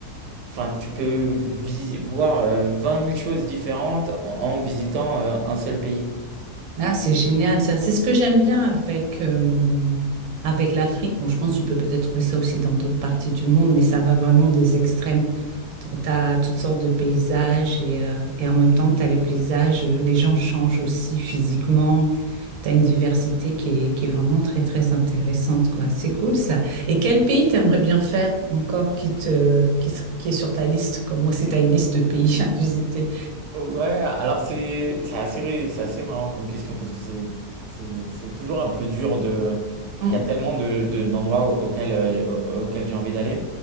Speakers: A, on the right; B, on the right.
A: enfin, tu peux vis- voir euh, 20 000 choses différentes en, en visitant euh, un seul pays.
B: Ah, c'est génial, ça. C'est ce que j'aime bien avec, euh, avec l'Afrique. Bon, je pense que tu peux peut-être trouver ça aussi dans d'autres parties du monde, mais ça va vraiment des extrêmes. Donc, tu as toutes sortes de paysages et, euh, et en même temps que tu as les paysages, euh, les gens changent aussi physiquement. Tu as une diversité qui est, qui est vraiment très, très intéressante, quoi. C'est cool, ça. Et quel pays t'aimerais bien faire encore qui te, qui, ser- qui est sur ta liste, comme moi, c'est ta liste de pays à visiter?
A: Ouais, alors c'est c'est assez, ré- c'est assez marrant comme question parce que c'est c'est- c'est toujours un peu dur de...
B: Hum,
A: Il y a tellement de, de- d'endroits au- auxquels, euh, au- auxquels j'ai envie d'aller.